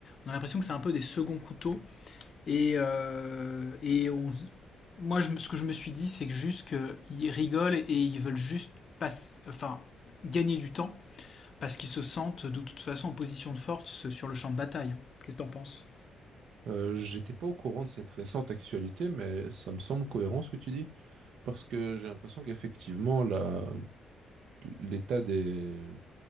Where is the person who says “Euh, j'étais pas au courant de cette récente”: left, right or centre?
Right